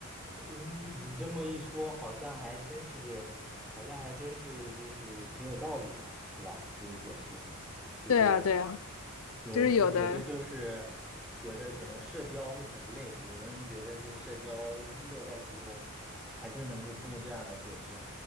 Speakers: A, in the centre; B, on the left.
A: 你你这么一说，好像还真是这，好像还真是就是挺有道理的，是吧？你这个解释，就是
B: 对啊，对啊，
A: 有人说觉得就是觉得可能社交会很累，
B: 就是有的。
A: 有的人觉得就是社交乐在其中，还真能够通过这样来解释。